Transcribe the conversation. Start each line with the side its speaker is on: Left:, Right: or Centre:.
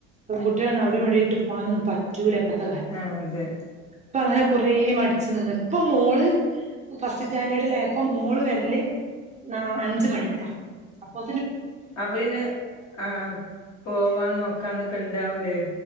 Right: പെൺകുട്ടികളെ അവിടെയും ഇവിടി ഇട്ട് പോകാനൊന്നും പറ്റൂല ഇപ്പത്തെ കാലത്ത്
Left: ആ അതെ
Right: അപ്പൊ അങ്ങനെ കൊറേ മടിച്ചു നിന്ന് ഇപ്പ മോള് ഫസ്റ്റ് സ്റ്റാൻഡേർഡിലായപ്പോ മോള് വരല് നാ അഞ്ചു മണിക്ക അപ്പൊ
Left: അപ്പൊപിന്നെ ആഹ് പോവാ നോക്കാന്നൊക്കെണ്ടാവൂലേ